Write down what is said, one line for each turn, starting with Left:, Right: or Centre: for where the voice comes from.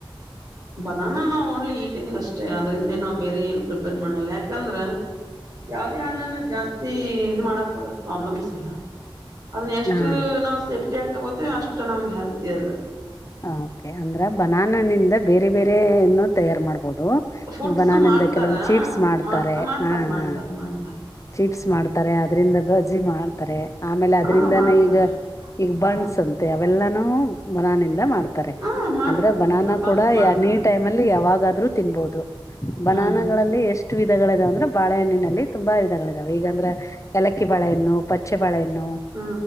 Right: ಬನಾನ ನಾ ಓನ್ಲಿ ಈಟಿಂಗ್ ಅಷ್ಟೇ ಅದ್ರಿಂದ ನಾವ್ ಬೇರೆ ಏನು ಪ್ರಿಪೇರ್ ಮಾಡಲ್ಲ ಯಾಕಂದ್ರ
Left: ಹ
Right: ಯಾವದೇ ಹಣ್ಣನ್ನ ಜಾಸ್ತಿ ಇ ಮಾಡಾಕ್ ಹೋದ್ರ ಪ್ರಾಬ್ಲಮ್ಸ್ ಇಲ್ಲ ಅದನ್ನ ಎಷ್ಟು
Left: ಹಾ
Right: ನಾವು ಸೇಫ್ಟಿ ಆಗ ತಗೋತವಿ ಅಷ್ಟ್ ನಮಗ್ ಹೆಲ್ತಿ ಅದ
Left: ಹ ಕೆ ಅಂದ್ರ ಬನಾನನಿಂದ ಬೇರೆ ಬೇರೆನ್ನು ತಯಾರು ಮಾಡ್ ಬದು
Right: ಫುಡ್ಸ್
Left: ಈಗ ಬನಾನಿಂದ
Right: ಮಾಡ್ತಾರ
Left: ಕೆಲವೊಂದು ಚೀಪ್ಸ್ ಮಾಡ್ತಾರೆ
Right: ಮಾಡ್ ಮಾಡ್ತಾರ
Left: ಹ
Right: ಮಾಡ್ತಾರ
Left: ಹ
Right: ಮಾಡ್ತಾರ
Left: ಚಿಪ್ಸ್ ಮಾಡ್ತಾರೆ ಅದ್ರಿಂದ ಬಜಜಿ ಮಾಡ್ತಾರೆ ಆಮೇಲೆ ಅದ್ರಿಂದಾನ
Right: ಹಾ ಮಾಡ್ತಾರ
Left: ಈಗ ಈಗ ಬಂಡ್ಸ್
Right: ಹಾ
Left: ಅಂತೆ ಅವೆಲ್ಲಾನೂ ಮನಾನಿಂದ ಮಾಡ್ತಾರೆ
Right: ಹಾ ಮಾಡ್ತಾರ
Left: ಅಂದ್ರೆ ಬನಾನಾ
Right: ಮಾಡ್ತಾರ ಬನ್ಸ್
Left: ಕೂಡನಿ
Right: ಮಾಡ್ತಾರ
Left: ಟೈಮ್ ಅಲ್ಲಿ ಯಾವಾಗಾದ್ರೂ ತಿನ್ಬಹದು ಬನಾನಗಳಲ್ಲಿ
Right: ಹಾ
Left: ಎಷ್ಟು ವಿಧಗಳ ಇದಾವ ಅಂದ್ರೆ ಬಾೆಹಣ್ಣಿನಲ್ಲಿ ತುಂಬ ವಿಧಗಳ ಇದಾವ ಈಗಂದ್ರೆ ಎಲಕ್ಕಿ ಬಾೆಹಣ್ಣು ಪಚ್ಚೆ ಬಳೆನು
Right: ಹಾ